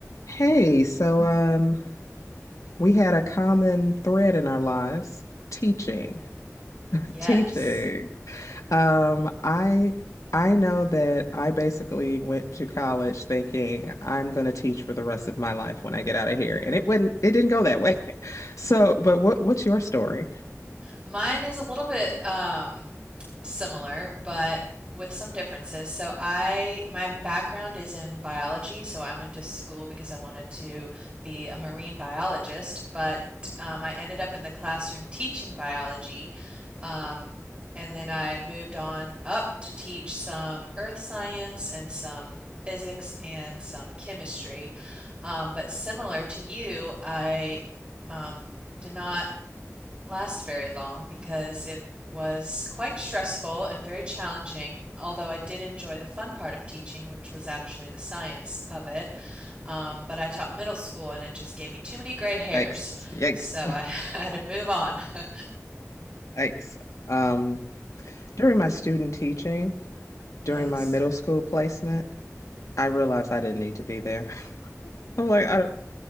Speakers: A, on the left (about 80°); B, on the right (about 25°).
A: Hey, so um, we had a common thread in our lives, teaching, <laughs>
B: Yes.
A: teaching. Um, I I know that I basically went to college thinking I'm going to teach for the rest of my life when I get out of here, and it wouldn't, it didn't go that way. <laughs> So, but what what's your story?
B: Mine is a little bit um, similar, but with some differences. So I my background is in biology, so I went to school because I wanted to be a marine biologist, but um, I ended up in the classroom teaching biology. Um, and then I moved on up to teach some earth science and some physics and some chemistry. Um, but similar to you, I um, did not last very long because it was quite stressful and very challenging, although I did enjoy the fun part of teaching, which was actually the science of it. Um, but I taught middle school and it just gave me too many gray hairs,
A: Yikes, yikes,
B: so I, <laughs> I had to move on. <laughs>
A: <laughs> yikes. Um, during my student teaching,
B: Yes.
A: during my middle school placement, I realized I didn't need to be there. <laughs> I'm like, I don't.